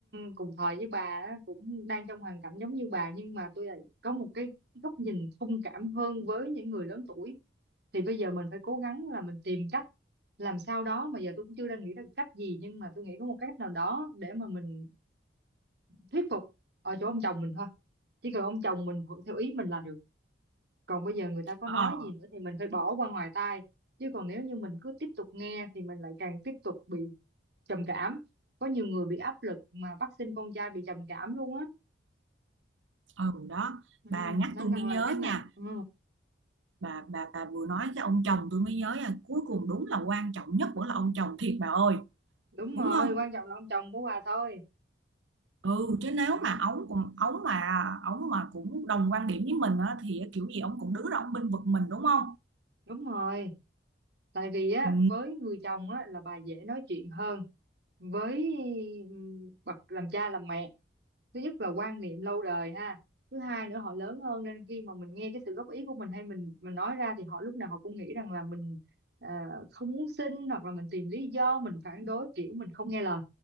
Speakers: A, on the right (about 60°); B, on the right (about 85°).
A: cùng thời với bà á, cũng đang trong hoàn cảnh giống như bà nhưng mà tôi lại có một cái góc nhìn thông cảm hơn với những người lớn tuổi thì bây giờ mình phải cố gắng là mình tìm cách làm sao đó mà giờ tôi cũng chưa đang nghĩ ra cách gì nhưng mà tôi nghĩ có một cách nào đó để mà mình thuyết phục ở chỗ ông chồng mình thôi chỉ cần ông chồng mình thuận theo ý mình là được còn bây giờ người ta có
B: ờ
A: nói gì nữa thì mình phải bỏ qua ngoài tai chứ còn nếu như mình cứ tiếp tục nghe thì mình lại càng tiếp tục bị trầm cảm có nhiều người bị áp lực mà bắt sinh con trai bị trầm cảm luôn á
B: ừ đó
A: ừ,
B: bà nhắc
A: nên
B: tôi
A: rằng
B: mới nhớ
A: là cái này
B: nha
A: ừ,
B: bà bà bà vừa nói cái ông chồng tôi mới nhớ là cuối cùng đúng là quan trọng nhất vẫn là ông chồng thiệt bà ơi
A: đúng
B: đúng
A: rồi
B: không
A: quan trọng là ông chồng của bà thôi
B: ừ chứ nếu
A: ừ,
B: mà ổng cũng ổng mà ổng mà cũng đồng quan điểm với mình á, thì kiểu gì ổng cũng đứng ra ổng bênh vực mình đúng không
A: đúng rồi tại vì á
B: ừ,
A: với người chồng á là bà dễ nói chuyện hơn với ừ, bậc làm cha làm mẹ thứ nhất là quan niệm lâu đời ha thứ hai nữa họ lớn hơn nên khi mà mình nghe cái sự góp ý của mình hay mình mình nói ra thì họ lúc nào họ cũng nghĩ rằng là mình ờ, không muốn xin hoặc là mình tìm lý do mình phản đối kiểu mình không nghe lời